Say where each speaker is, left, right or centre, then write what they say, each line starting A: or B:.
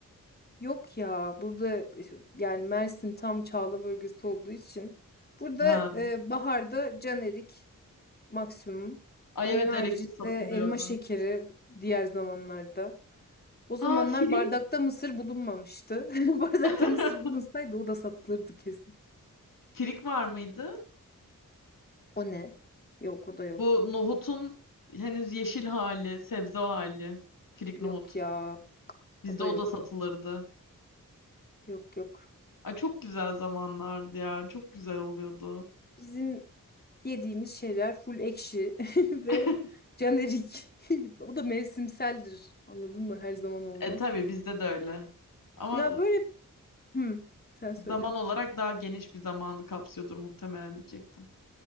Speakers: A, on the left (about 30°); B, on the left (about 70°).
A: Yok ya burada e, yani Mersin tam Çağla bölgesi olduğu için burada
B: Ha.
A: e, baharda canerik maksimum.
B: Ay
A: Onun
B: evet
A: haricinde
B: Erik'te satılıyordu.
A: elma şekeri diğer zamanlarda. O zamanlar
B: Ha Firik.
A: bardakta mısır bulunmamıştı. <laughs> Bardakta
B: <laughs>
A: mısır bulunsaydı o da satılırdı kesin.
B: Firik var mıydı?
A: O ne? Yok o da yok.
B: Bu nohutun henüz yeşil hali, sebze hali. Firik
A: Yok
B: nohut.
A: ya
B: Bizde
A: o da
B: o
A: yok.
B: da satılırdı.
A: Yok yok.
B: Ay çok güzel zamanlardı ya. Çok güzel oluyordu.
A: Bizim Yediğimiz şeyler full ekşi <laughs> ve
B: <laughs>
A: jenerik. <laughs> O da mevsimseldir. Anladın mı? Her zaman olmaz.
B: E tabii bizde de öyle. Ama
A: Ya böyle hmm, sen söyle.
B: zaman olarak daha geniş bir zamanı kapsıyordur muhtemelen diyecektim.